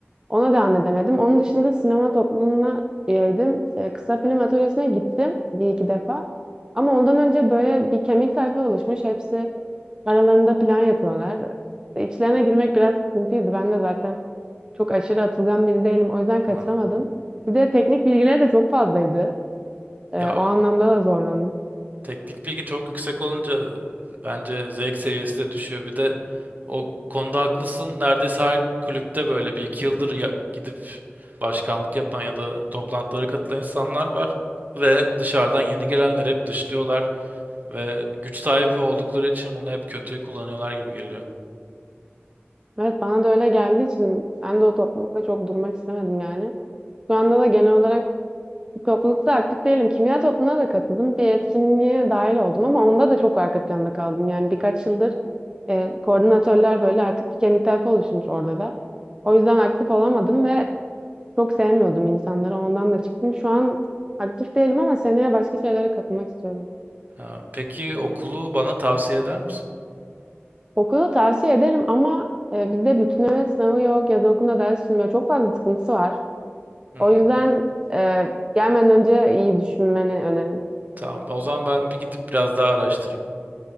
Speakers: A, on the right; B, on the right.
A: Ona devam edemedim. Onun dışında sinema topluluğuna üyeydim. E, kısa film atölyesine gittim bir iki defa. Ama ondan önce böyle bir kemik tayfa oluşmuş. Hepsi aralarında plan yapıyorlar. E, İçlerine girmek biraz sıkıntıydı. Ben de zaten çok aşırı atılgan biri değilim. O yüzden katılamadım.
B: Ha.
A: Bir de teknik bilgileri de çok fazlaydı. E,
B: Ya
A: o anlamda da zorlandım.
B: Teknik bilgi çok yüksek olunca bence zevk seviyesi de düşüyor. Bir de o konuda haklısın. Neredeyse her kulüpte böyle bir iki yıldır ya- gidip başkanlık yapan ya da toplantılara katılan insanlar var. Ve dışarıdan yeni gelenleri hep dışlıyorlar. Ve güç sahibi oldukları için bunu hep kötüye kullanıyorlar gibi geliyor.
A: Evet bana da öyle geldiği için ben de o toplulukla çok durmak istemedim yani. Şu anda da genel olarak Toplulukta aktif değilim. Kimya topluluğuna da katıldım. Bir etkinliğe dahil oldum ama onda da çok arka planda kaldım. Yani birkaç yıldır e, koordinatörler böyle artık bir kemik tayfa oluşmuş orada da. O yüzden aktif olamadım ve çok sevmiyordum insanları. Ondan da çıktım. Şu an aktif değilim ama seneye başka şeylere katılmak istiyorum.
B: Ha, peki okulu bana tavsiye eder misin?
A: Okulu tavsiye ederim ama e, bizde bütünleme sınavı yok. Yaz okulunda ders sürmüyor. Çok fazla sıkıntısı var.
B: Hı hı.
A: O yüzden e, gelmeden önce iyi düşünmeni öneririm.
B: Tamam. O zaman ben bir gidip biraz daha araştırayım.